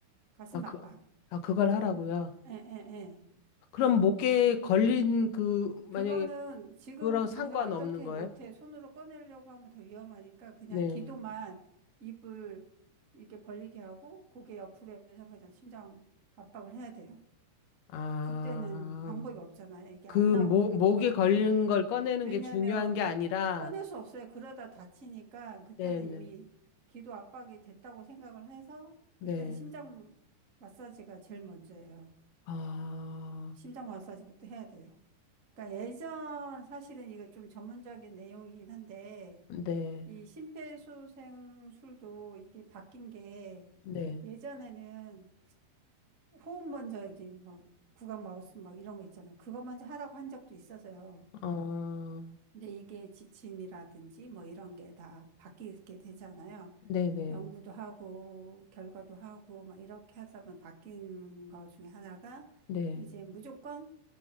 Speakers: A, on the right (about 40°); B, on the left (about 70°).
A: 가슴
B: 아, 그,
A: 압박.
B: 아, 그걸 하라고요.
A: 에, 에, 에. 그
B: 그럼 목에 걸린 그, 만약에
A: 그거는 지금
B: 그거랑
A: 당장
B: 상관없는
A: 어떻게
B: 거예요?
A: 못해. 손으로 꺼내려고 하면 더 위험하니까 그냥
B: 네.
A: 기도만 입을 이렇게 벌리게 하고 고개 옆으로 해서 그냥 심장 압박을 해야 돼요.
B: 아,
A: 그때는 방법이 없잖아요. 이게
B: 그
A: 안 나오게.
B: 목, 목에 걸린 걸 꺼내는
A: 왜냐하면
B: 게 중요한 게 아니라,
A: 꺼낼 수 없어요. 그러다 다치니까 그때는
B: 네네,
A: 이미 기도 압박이 됐다고 생각을 해서
B: 네.
A: 그때는 심장
B: 네.
A: 마사지가 제일 먼저예요.
B: 아,
A: 심장 마사지부터 해야 돼요. 그러니까 예전 사실은 이거 좀 전문적인 내용이긴 한데
B: 네,
A: 이 심폐소생술도 이게 바뀐 게
B: 네.
A: 예전에는 호흡 먼저 이게 막 구강 마우스 막 이런 거 있잖아. 그거 먼저 하라고 한 적도 있어서요.
B: 어,
A: 근데 이게 지침이라든지 뭐 이런 게 다 바뀌게 되잖아요.
B: 네네, 네.
A: 연구도 하고 결과도 하고 막 이렇게 하다 보면 바뀐 거 중에 하나가
B: 네.
A: 이제 무조건